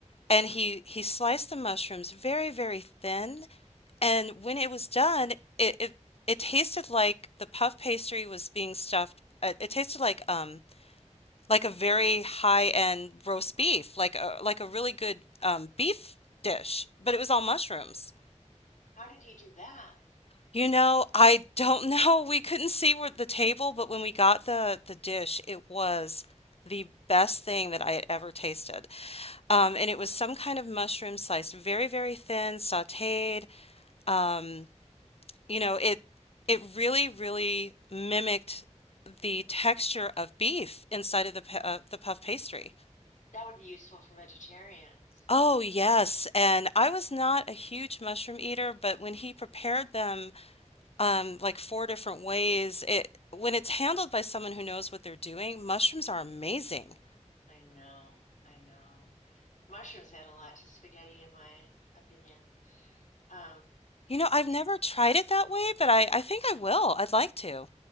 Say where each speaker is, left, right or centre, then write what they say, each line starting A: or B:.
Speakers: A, on the left; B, on the left.
A: and he he sliced the mushrooms very, very thin. And when it was done, it it, it tasted like the puff pastry was being stuffed. It, it tasted like um like a very high-end roast beef, like a like a really good um, beef dish, but it was all mushrooms.
B: How did he do that?
A: You know, I don't know. We couldn't see where the table, but when we got the the dish, it was the best thing that I had ever tasted. Um, and it was some kind of mushroom sliced very, very thin, sautéed. Um, you know, it it really, really mimicked the texture of beef inside of the pa- uh, the puff pastry.
B: That would be useful for vegetarians.
A: Oh, yes. And I was not a huge mushroom eater, but when he prepared them um, like four different ways. It when it's handled by someone who knows what they're doing, mushrooms are amazing.
B: I know, I know. Mushrooms add a lot to spaghetti, in my opinion. Um,
A: You know, I've never
B: eh,
A: tried it that way, but I, I think I will. I'd like to.